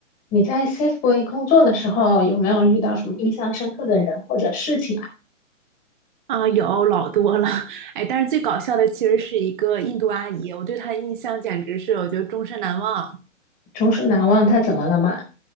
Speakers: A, on the left; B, on the right.
A: 你在 Safeway 工作的时候，有没有遇到什么印象深刻的人或者事情啊？
B: 啊，有老多了，<laughs> 哎，但是最搞笑的其实是一个印度阿姨，我对她的印象简直是我觉得终身难忘。
A: 终身难忘，他怎么了嘛？